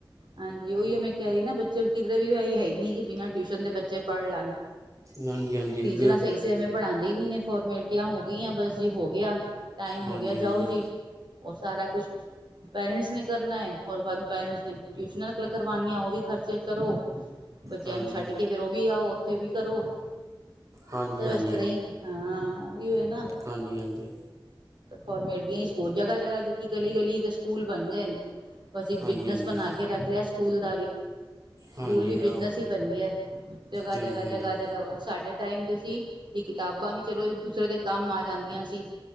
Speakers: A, on the right; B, on the right.
A: ਹਾਂਜੀ, ਉਹੀ ਮੈਂ ਕਹਿ ਰਹੀ ਨਾ ਬੱਚੇ ਕਿਧਰੇ ਵੀ ਇਹੀ ਹੈਈ ਨੀ ਕਿ ਬਿਨਾਂ ਟਿਊਸ਼ਨ ਦੇ ਬੱਚੇ ਪੜ੍ਹ ਲੈਣ।
B: ਹਾਂਜੀ ਹਾਂਜੀ
A: ਟੀਚਰਾਂ
B: ਬ-
A: ਸਹੀ ਸੀ ਐਵੇਂ ਪੜ੍ਹਾਂਦੇ ਈ ਨੀ ਨੇ ਫੋਰਮੈਲਿਟੀਆਂ ਹੋ ਗਈਆਂ ਬਸ ਜੀ ਹੋ ਗਿਆ ਟਾਈਮ
B: ਹਾਂਜੀ
A: ਹੋ ਗਿਆ
B: ਹਾਂਜੀ
A: ਜਾਓ ਜੀ। ਉਹ ਸਾਰਾ ਕੁਛ ਪੈਰੈਂਟਸ ਨੇ ਕਰਨਾ ਔਰ ਬਾਅਦ ਪੈਰੈਂਟਸ ਨੇ ਟਿਊਸ਼ਨਾਂ ਕਰਵਾਣੀਆਂ ਉਹ ਵੀ ਖਰਚੇ ਕਰੋ। ਬੱਚਿਆਂ
B: ਹਾਂਜੀ
A: ਨੂੰ ਛੱਡ ਕੇ ਫੇਰ ਉਹ ਵੀ ਆਓ। ਉੱਥੇ ਵੀ ਕਰੋ।
B: ਹਾਂਜੀ
A: ਸਭ
B: ਹਾਂਜੀ
A: ਏਸ ਤਰ੍ਹਾਂ ਹੀ ਹਾਂ ਓਹੀ ਆ ਨਾ,
B: ਹਾਂਜੀ ਹਾਂਜੀ
A: ਫੋਰਮੈਲਿਟੀਆਂ <unintelligible> ਜਗ੍ਹਾ ਜਗ੍ਹਾ ਜਦ ਕੀ ਗਲੀ ਗਲੀ ਦੇ ਸਕੂਲ ਬਣ ਗਏ ਨੇ। ਬਸ ਇੱਕ
B: ਹਾਂਜੀ
A: ਬਿਜਨਸ
B: ਹਾਂਜੀ
A: ਬਣਾ ਕੇ ਰੱਖ ਲਿਆ ਸਕੂਲ ਦਾ ਵੀ।
B: ਹਾਂਜੀ
A: ਸਕੂਲ ਵੀ
B: ਆਹੋ
A: ਬਿਜਨਸ ਹੀ ਬਣ ਗਿਆ ਜਗ੍ਹਾ
B: ਹੂੰ
A: ਜਗ੍ਹਾ
B: ਹੂੰ
A: ਜਗ੍ਹਾ ਜਗ੍ਹਾ ਸਾਡੇ ਟਾਈਮ ਤੇ ਸੀ ਵੀ ਕਿਤਾਬਾਂ ਵੀ ਚਲੋ ਇੱਕ ਦੂਸਰੇ ਦੇ ਕੰਮ ਆ ਜਾਂਦੀਆਂ ਸੀ